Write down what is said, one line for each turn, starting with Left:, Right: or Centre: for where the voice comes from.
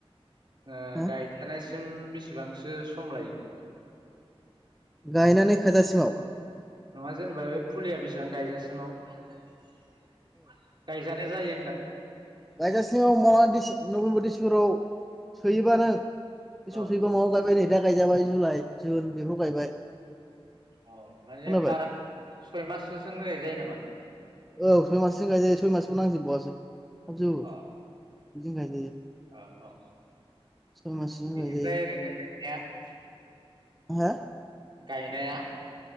Right: ओ
Centre: हो
Right: गायजेनायसिम बेसेबांसो सम लायो?
Centre: गायनानै खाजासिमाव?
Right: नङा जेनेबा बे फुलिया बेसेबां गायजासिमाव? गायजानाय जायो होनदों।
Centre: गायगासिङाव मा दिस नभेम्बर दिसिमबराव सोयोबानो बे समाव
Right: औ
Centre: सोयोबा मायाव गायबाय नै दा गायजाबाय जुलाइ जुन बेफोराव गायबाय।
Right: अ' माने
Centre: खोनाबाय
Right: बारा सय माससोजोंनो गायजायो नामा?
Centre: औ सय माससजों गायजायो सय मासखौनो नांजोबबावासो। थाब जौवो बिदिनो
Right: अ
Centre: गायजायो।
Right: अ अ
Centre: सय मासजों
Right: बेनिफ्राय
Centre: गायजायो
Right: ओरैनो <unintelligible>
Centre: हा?
Right: गायनाया?